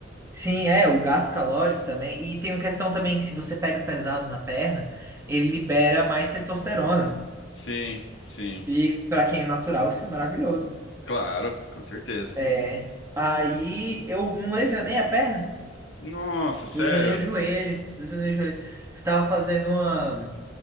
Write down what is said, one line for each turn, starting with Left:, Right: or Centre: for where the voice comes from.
Right: Sim, é, o gasto calórico também. E tem uma questão também que se você pega pesado na perna, ele libera mais testosterona.
Left: Sim, sim.
Right: E pra quem é natural, isso é maravilhoso.
Left: Claro, com certeza.
Right: É. Aí eu não lesionei a perna.
Left: Nossa, sério?
Right: Lesionei o joelho, lesionei o joelho. Tava fazendo uma.